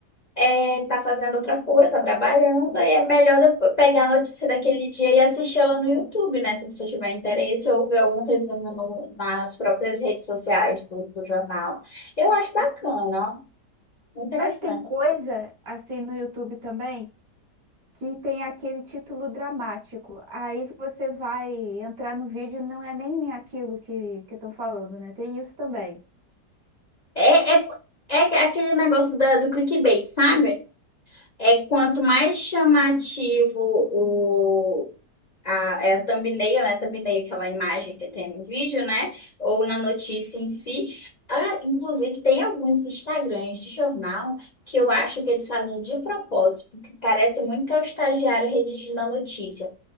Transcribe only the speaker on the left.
é, tá fazendo outra coisa, tá trabalhando, aí é melhor depois pegar a notícia daquele dia e assistir ela no YouTube, né? Se você tiver interesse, ou ver algum resumo no- nas próprias redes sociais do do jornal. Eu acho bacana, Interessante.
É, é, é aquele negócio da, do clickbait, sabe? É quanto mais chamativo o, a, é a thumbnail, né? Thumbnail, aquela imagem que tem no vídeo, né? Ou na notícia em si. Ah, inclusive, tem alguns Instagrams de jornal que eu acho que eles fazem de propósito, porque parece muito que é o estagiário redigindo a notícia.